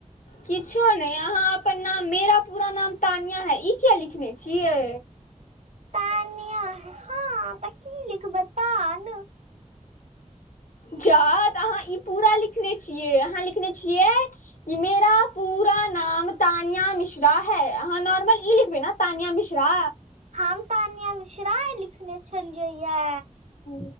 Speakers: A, on the left (about 80°); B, on the right (about 60°).
A: किछो नैय आहाँ अपन नाम मेरा पूरा नाम तानिया है ई किया लिखने छियै
B: तानिया हँ त की लिखबै पान
A: जाऽ तऽ आहाँ ई पूरा लिखने छियै आहाँ लिखने छियै कि मेरा पूरा नाम तानिया मिश्रा है अहाँ नॉर्मल ई लिखबे न तानिया मिश्रा
B: हम तानिया मिश्राए लिखने छलियै ये
A: हू